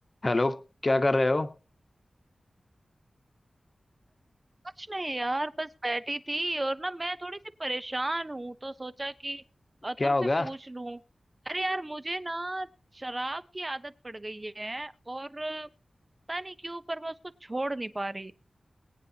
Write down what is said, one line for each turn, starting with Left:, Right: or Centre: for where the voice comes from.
Left: Hello क्या कर रहे हो
Right: कुछ नहीं यार बस बैठी थी और ना मैं थोड़ी सी परेशान हूँ तो सोचा कि अ,
Left: क्या
Right: तुमसे
Left: हो गया
Right: पूछ लूं अरे यार मुझे ना शराब की आदत पड़ गई है और अ, पता नहीं क्यों पर मैं उसको छोड़ नहीं पा रही